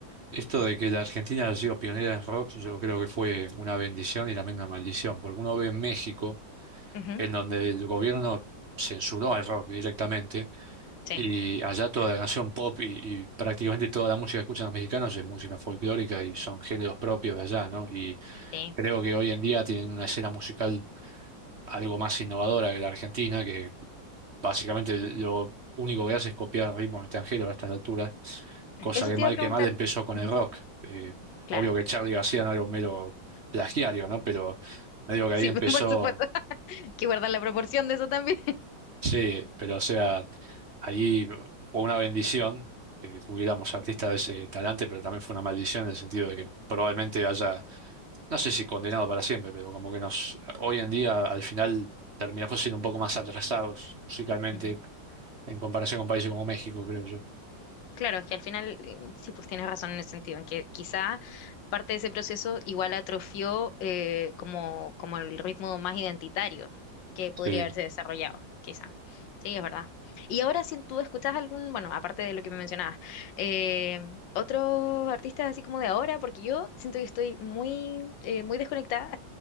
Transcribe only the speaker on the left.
ujú.
Sí,
sí,
Eso
te
iba a preguntar.
Ujú.
claro.
Sí,
<laughs> por supuesto. <laughs> Que guardar la proporción de eso también.
Ujú.
Claro, es que al final, mm, sí, pues tienes razón en el sentido, en que quizá parte de ese proceso igual atrofió eh, como, como el ritmo más identitario que podría
haberse desarrollado, quizá. Sí, es verdad. Y ahora si tú escuchas algún, bueno, aparte de lo que me mencionabas, eh, otros artistas así como de ahora, porque yo siento que estoy muy, eh, muy desconectada